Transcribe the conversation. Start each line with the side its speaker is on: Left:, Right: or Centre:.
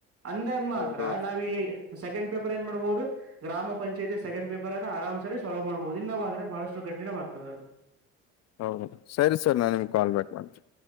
Right: ಅಂದಾಗ ಮಾತ್ರ
Left: ಹೌದು
Right: ನಾವ ಈ ಸೆಕಂಡ್ ಪೇರ್ ಏನ್ ಮಾಡಬಹುದು ಗ್ರಾಮ ಪಂಚಾಯತಿ ಸೆಕಂಡ್ ಪೇಪರ್ ಅನ್ನು ಆರಾಮ್ ಸೋವ್ ಮಾಡಬಹುದು ಇಲ್ಲವಾದ್ರೆ ಬಹಳಷ್ಟು ಕಠಿಣವಾಗ್ತದೆ ಅದು
Left: ಹೌದು ಸರಿ ಸರ್ ನಾನ್ ನಿಮ್ಗೆ ಕಾಲ್ ಬ್ಯಾಕ್ ಮಾಡ್ತನೆ